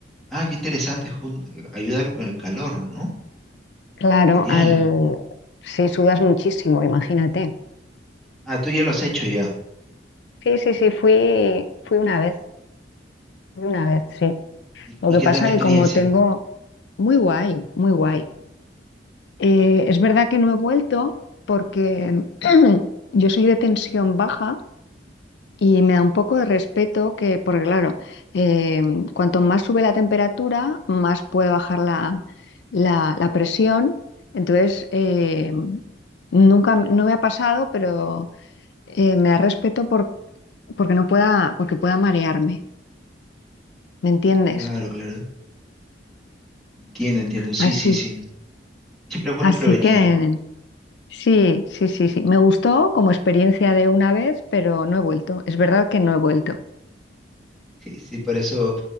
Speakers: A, in the centre; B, on the left.
A: Ah, qué interesante. jun- Ayuda con el calor, ¿no?
B: Claro,
A: Genial.
B: al... sí, sudas muchísimo, imagínate.
A: Ah, tú ya lo has hecho ya.
B: Sí, sí, sí, fui, fui una vez, fui una vez, sí.
A: ¿Y,
B: Lo
A: y
B: que
A: qué
B: pasa
A: tal la experiencia?
B: que como tengo, Muy guay, muy guay. Eh, es verdad que no he vuelto porque <clears throat> yo soy de tensión baja y me da un poco de respeto que, porque claro, eh, cuanto más sube la temperatura, más puede bajar la, la- la presión. Entonces, eh, nunca, no me ha pasado, pero eh, me da respeto por- porque no pueda, porque pueda marearme, ¿me entiendes?
A: Claro, claro. Entiendo, entiendo. Sí,
B: Así,
A: sí, sí. Siempre es bueno
B: así
A: prevenir.
B: que Sí, sí, sí, sí. Me gustó como experiencia de una vez, pero no he vuelto. Es verdad que no he vuelto.
A: Sí, sí, por eso,